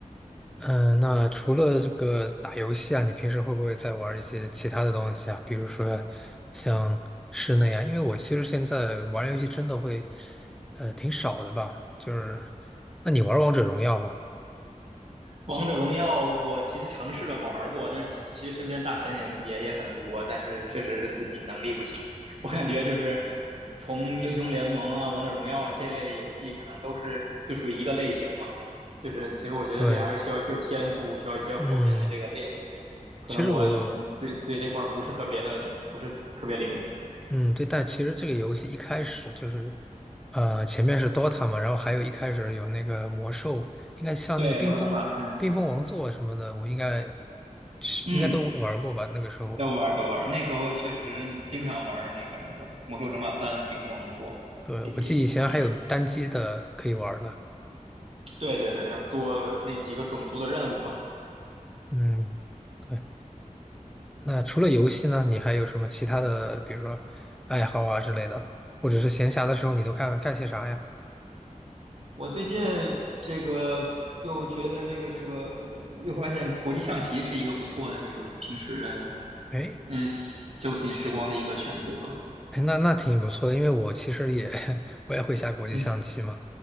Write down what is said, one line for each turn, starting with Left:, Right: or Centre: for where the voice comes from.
Centre: 嗯，那除了这个打游戏啊，你平时会不会再玩一些其他的东西啊？比如说像室内啊，因为我其实现在玩游戏真的会，呃，挺少的吧。就是，那你玩王者荣耀吧？
Right: 王者荣耀我其实尝试着玩儿过，但是其其实身边大神也也也很多，但是确实是自己能力不行。我感觉就是从英雄联盟啊、王者荣耀这类游戏，可能都是就属于一个类型嘛。就是其实我觉得这还是需要一些天赋，
Centre: 对，
Right: 需要一些后天的这个练习。
Centre: 嗯，
Right: 可能我
Centre: 其实我。
Right: 对对这块儿不是特别的，不是特别灵。
Centre: 嗯，对，但其实这个游戏一开始就是，呃，前面是 Dota 嘛，然后还有一开始有那个魔兽，应该像那个冰封、
Right: 对，魔兽争霸，嗯
Centre: 冰封王座什么的，我应该是应该都玩过吧？
Right: 嗯，
Centre: 那个时候，
Right: 都玩儿都玩儿，那时候确实经常玩儿那个那个魔兽争霸三、冰封王座这些。
Centre: 对，我记得以前还有单机的可以玩呢。
Right: 嗯。对对对，要做那几个种族的任务嘛。
Centre: 嗯，对。那除了游戏呢，你还有什么其他的，比如说爱好啊之类的，或者是闲暇的时候你都干干些啥呀？
Right: 我最近这个又觉得这个这个又发现国际象棋是一个不错的这个平时的
Centre: 哎，
Right: 嗯休闲时光的一个选择。
Centre: 哎那那挺不错的，因为我其实也 <laughs> 我也会下国际象棋嘛。
Right: 嗯